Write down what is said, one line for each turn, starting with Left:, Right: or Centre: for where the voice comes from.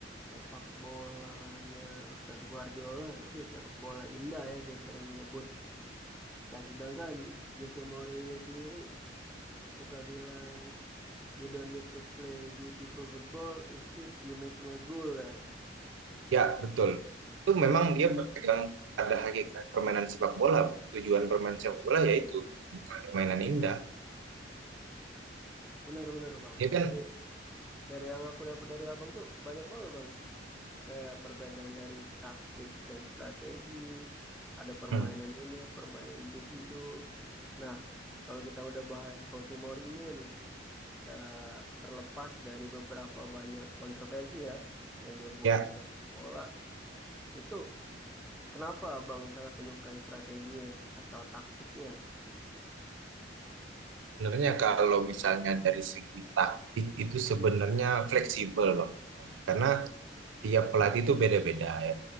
Centre: sepak bolanya Pep Guardiola itu sepak bola indah ya dia sering menyebut. Nah sedangkan Jose Mourinho sendiri suka bilang You don't need to play beautiful football, instead you making a goal ya.
Right: Ya, betul. Itu memang dia berpegang pada hakikat permainan sepak bola. Bang. Tujuan permainan sepak bola yaitu bukan permainan indah.
Centre: Benar-benar bang.
Right: Ya kan,
Centre: Dari dari yang aku dapat dari abang tuh banyak banget bang. Kayak perbedaan dari taktik dan strategi, ada permainan
Right: hmm,
Centre: unit, permainan individu. Nah, kalau kita udah bahas Jose Mourinho nih, ta- terlepas dari beberapa banyak kontroversi ya yang dia buat
Right: ya
Centre: di sepak bola, itu kenapa abang sangat menyukai strateginya atau taktiknya?
Right: sebenarnya kalau misalnya dari segi taktik itu sebenarnya fleksibel, Bang. Karena tiap pelatih itu beda-beda ya.